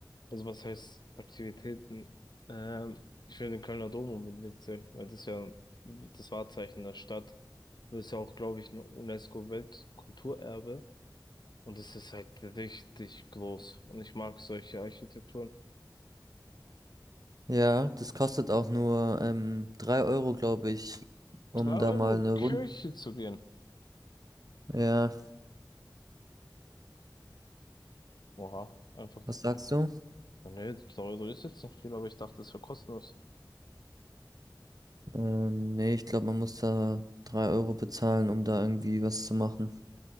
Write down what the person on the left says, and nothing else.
Also was heißt Aktivitäten? Ähm, ich will den Kölner Dom unbedingt sehen, weil das ist ja das Wahrzeichen der Stadt. Das ist ja auch, glaube ich, ein UNESCO-Weltkulturerbe. Und es ist halt richtig groß. Und ich mag solche Architekturen.
3 Euro
Kirche
zu gehen.
Oha, einfach
so
viel.
Nee, 3 Euro ist jetzt nicht viel, aber ich dachte, es wäre kostenlos.